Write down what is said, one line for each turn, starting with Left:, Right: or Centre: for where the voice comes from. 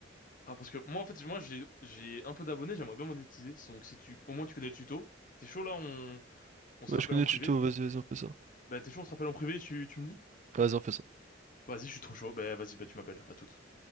Left: Ah, parce que moi, en fait, moi, j'ai, j'ai un peu d'abonnés, j'aimerais bien monétiser. Donc, si tu, au moins, tu connais le tuto. T'es chaud, là, on, on se
Right: Ouais,
Left: rappelle
Right: je connais
Left: en
Right: le
Left: privé.
Right: tuto, vas-y, vas-y, on fait ça.
Left: Bah, t'es chaud, on se rappelle en privé, tu, tu me dis?
Right: Vas-y, on fait ça.
Left: Vas-y, je suis trop chaud. Bah, vas-y, bah, tu m'appelles. À toute.